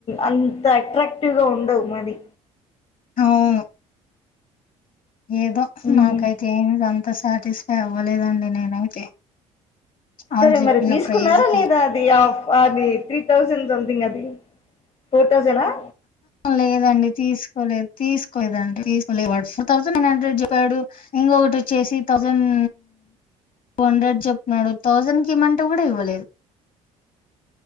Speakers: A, on the left; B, on the left.
A: అంత అట్రాక్టివ్గా ఉండవు మరి
B: అవును ఏదో
A: ఉమ్
B: నాకైతే ఏ అంత అంత సాటిస్ఫై అవ్వలేదండి నేనైతే
A: సరే
B: ఆళ్ళు చెప్పిన
A: మరి తీసుకున్నారా
B: ప్రైజ్ కి
A: లేదా అది ఆ్ అది త్రీ థౌసండ్ సొమెథింగ్ అది ఫోర్ థౌసండ్ అహ
B: లేదండి తీసుకోలేదు తీసుకోలేదండి తీసుకోలే ఫోర్ థౌసండ్ నైన్ హండ్రెడ్ జెప్పాడు ఇంకొటి వచ్చేసి థౌసండ్ టూ హండ్రెడ్ చెప్నడు థౌజండ్ కి ఇమ్మంటూ కూడా ఇవ్వలేదు